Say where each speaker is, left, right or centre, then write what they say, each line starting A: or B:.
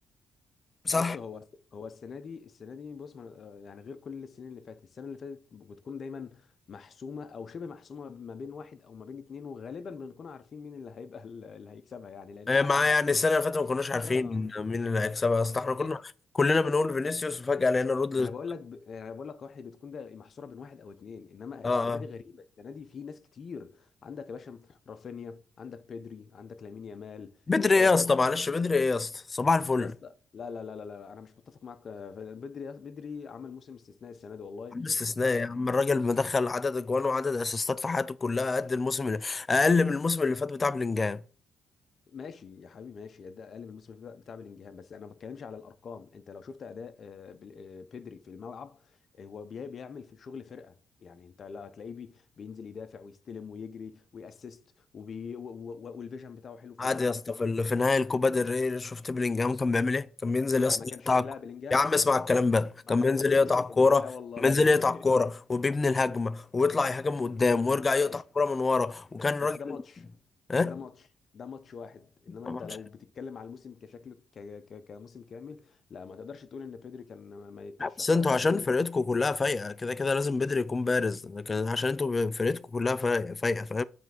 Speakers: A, on the left; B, on the left.
A: صح
B: بص هو هو السنه دي السنه دي بص ما- آه، يعني غير كل السنين اللي فاتت السنه اللي فاتت بتكون دايما محسومه او شبه محسومه ما بين واحد او ما بين اتنين وغالبا بنكون عارفين مين اللي هيبقى ال- اللي هيكسبها يعني لانها
A: آه، معاه
B: احيانا
A: يعني
B: كتير
A: السنه اللي فاتت ما كناش عارفين
B: اه
A: مين اللي هيكسبها اصل احنا كنا
B: ايه
A: كلنا بنقول فينيسيوس وفجاه لقينا رودري
B: ما انا بقول لك ب... يعني انا بقول لك واحد بتكون ده محصوره بين واحد او اتنين انما
A: اه
B: السنه
A: آه.
B: دي غريبه السنه دي في ناس كتير عندك يا باشا رافينيا عندك بيدري عندك لامين يامال
A: بدري
B: آه،
A: ايه يا
B: خش
A: اسطى معلش بدري ايه يا اسطى صباح الفل
B: يا اسطى لا لا لا لا لا انا مش متفق معاك فعلا. بدري بدري عمل موسم استثنائي السنه دي والله
A: عم استثناء يا عم الراجل مدخل عدد اجوان وعدد اسيستات في حياته كلها قد الموسم اللي اقل من الموسم اللي فات بتاع بلينجهام
B: وماشي يا حبيبي ماشي ده اقل من الموسم بتاع بتاع بلينجهام بس انا ما بتكلمش على الارقام انت لو شفت اداء آه، بل- آه، بدري في الملعب آه، هو بي- بيعمل في شغل فرقه يعني انت لا هتلاقيه بي- بينزل يدافع ويستلم ويجري ويأسست وبي و- و- و- والفيجن بتاعه حلو في
A: عادي
B: الملعب
A: يا اسطى في ال- في نهائي الكوبا ديل ري شفت بلينجهام كان بيعمل ايه؟ كان بينزل
B: لا
A: يا اسطى
B: ما كانش
A: يقطع
B: لا
A: الك-
B: بلينجهام
A: يا عم اسمع
B: ما تقارنش
A: الكلام ده
B: ما
A: كان
B: تقارنش
A: بينزل يقطع
B: موسم بلينجهام
A: الكوره
B: لا والله
A: كان بينزل يقطع الكوره
B: <laughs>
A: وبيبني الهجمه ويطلع يهاجم من قدام ويرجع
B: ماشي
A: يقطع الكوره من ورا وكان راجل
B: بس ده ماتش بس
A: ايه؟
B: ده ماتش ده ماتش واحد انما
A: طبعاً.
B: انت لو بتتكلم على الموسم كشكل ك... ك... كموسم كامل لا ما تقدرش تقول ان بيدري كان ما ما يترشحش
A: بس انتوا
B: لا بيدري
A: عشان فرقتكم كلها فايقه كده كده لازم بدري يكون بارز لكن عشان انتوا فرقتكم كلها فايقه فايقه